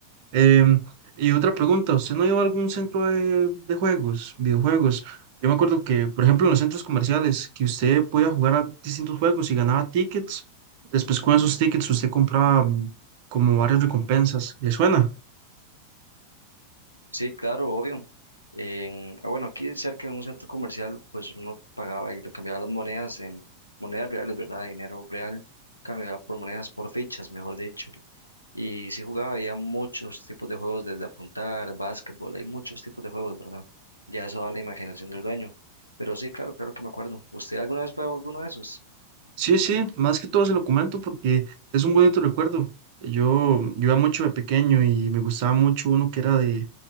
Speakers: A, on the right; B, on the left.
A: Em, y otra pregunta, ¿usted no ha ido a algún centro de, de juegos, videojuegos? Yo me acuerdo que, por ejemplo, en los centros comerciales, que usted podía jugar a distintos juegos y ganaba tickets. Después con esos tickets usted compraba mm, como varias recompensas. ¿Le suena?
B: Sí, claro, obvio. En- ah, bueno, aquí cerca de un centro comercial, pues uno pagaba y lo cambiaba las monedas en monedas reales, ¿verdad? Dinero real, cambiaba por monedas, por fichas, mejor dicho. Y sí jugaba, había muchos tipos de juegos, desde apuntar, básquetbol, hay muchos tipos de juegos, ¿verdad? Ya eso da la imaginación del dueño. Pero sí, claro, claro que me acuerdo. ¿Usted alguna vez fue a alguno de esos?
A: Sí, sí, más que todo se lo comento porque es un bonito recuerdo. Yo, yo iba mucho de pequeño y me gustaba mucho uno que era de